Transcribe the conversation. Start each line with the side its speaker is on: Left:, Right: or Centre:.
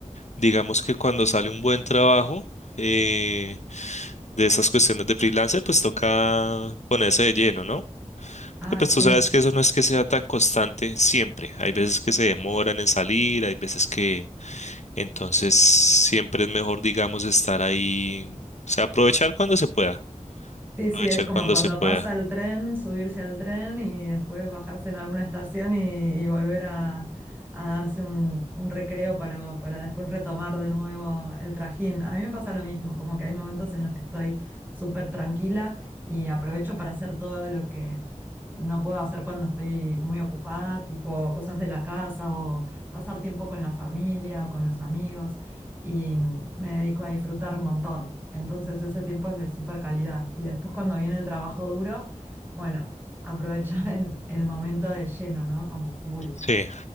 Left: Digamos que cuando sale un buen trabajo eh, de esas cuestiones de freelancer, pues toca ponerse de lleno, ¿no?
Right: Ah,
Left: Porque pues
Right: sí.
Left: tú sabes que eso no es que sea tan constante siempre. Hay veces que se demoran en salir, hay veces que Entonces, siempre es mejor, digamos, estar ahí, o sea, aprovechar cuando se pueda,
Right: Sí, sí,
Left: aprovechar
Right: es como
Left: cuando
Right: cuando
Left: se pueda.
Right: pasa el tren, subirse al tren y después bajarse en alguna estación y, y volver a, a darse un, un recreo para, para después retomar de nuevo el trajín. A mí me pasa lo mismo, como que hay momentos en los que estoy súper tranquila y aprovecho para hacer todo lo que no puedo hacer cuando estoy muy ocupada, tipo cosas de la casa o pasar tiempo con la familia o con los amigos y mm, me dedico a disfrutar un montón. Entonces ese tiempo es de súper calidad. Y después cuando viene el trabajo duro, bueno, <laughs> aprovechar el, el momento de lleno, ¿no? Como full.
Left: Sí,